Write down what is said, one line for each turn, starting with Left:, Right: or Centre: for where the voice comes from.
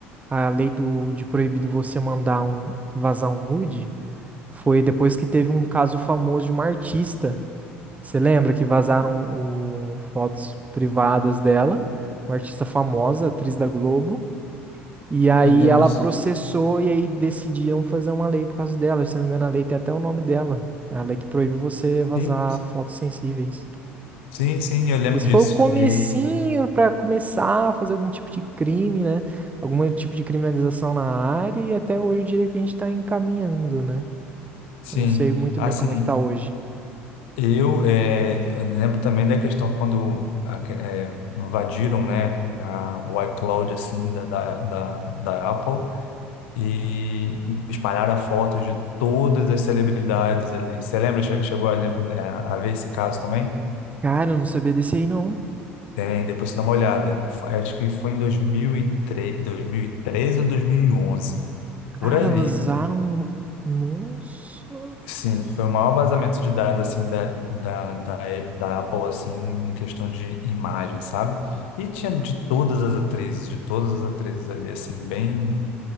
Right: a lei do, de proibido você mandar um, vazar um nude, foi depois que teve um caso famoso de uma artista. Você lembra que vazaram o, fotos privadas dela, uma artista famosa, atriz da Globo. E aí
Left: Eu lembro
Right: ela
Left: disso.
Right: processou e aí decidiram fazer uma lei por causa dela. Se não me engano, a lei tem até o nome dela. É a lei que proíbe você vazar
Left: Sim,
Right: fotos sensíveis.
Left: Sim, sim, eu lembro
Right: Esse
Left: disso.
Right: foi o comecinho
Left: E,
Right: para começar a fazer algum tipo de crime, né? Algum tipo de criminalização na área e até hoje eu diria que a gente tá encaminhando, né?
Left: sim,
Right: Eu não sei muito
Left: assim,
Right: bem como é que tá hoje.
Left: eu, eh, eu lembro também da questão quando a que- eh, invadiram, né, a, o iCloud, assim, da, da, da, da Apple e espalharam fotos de todas as celebridades ali. Você lembra, che- chegou a, lem- eh, a ver esse caso também?
Right: Cara, eu não sabia desse aí não.
Left: Tem, depois você dá uma olhada. F- Acho que foi em dois dois mil mil e três dois mil e 2013 ou 2011 por
Right: Cara,
Left: aí
Right: vazaram. Nossa.
Left: Sim, foi o maior vazamento de dados assim da, da, da, Ap- da Apple assim em questão de imagem, sabe? E tinha de todas as atrizes, de todas as atrizes ali assim bem